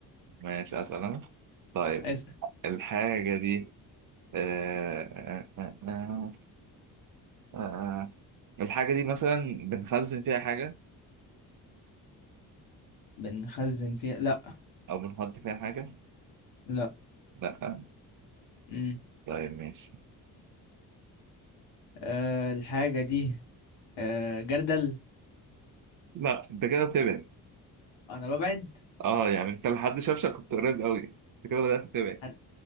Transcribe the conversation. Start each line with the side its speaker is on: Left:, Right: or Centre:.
Right: ماشي اسال انا طيب
Left: اسأل
Right: الحاجه دي آه... آه... آه... آه... آه، آه. الحاجه دي مثلا بنخزن فيها حاجه
Left: بنخزن فيها لا
Right: او بنحط فيها حاجه
Left: لا
Right: لا
Left: مم.
Right: طيب ماشي
Left: أه الحاجة دي أه جردل
Right: لا انت كده بتبعد
Left: أنا ببعد
Right: اه يعني انت لحد شفشك كنت قريب قوي انت كده بدات تبعد
Left: عن-